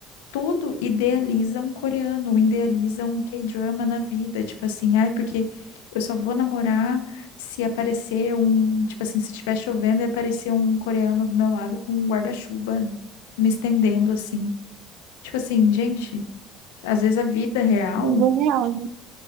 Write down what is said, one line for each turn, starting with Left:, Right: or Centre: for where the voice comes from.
Left: tudo idealiza um coreano, idealiza um K-drama na vida. Tipo assim, ai, porque eu só vou namorar se aparecer um. Tipo assim, se estiver chovendo e aparecer um coreano do meu lado com um guarda-chuva me estendendo assim. Tipo assim, gente. Às vezes a vida real
Right: mundo real. né?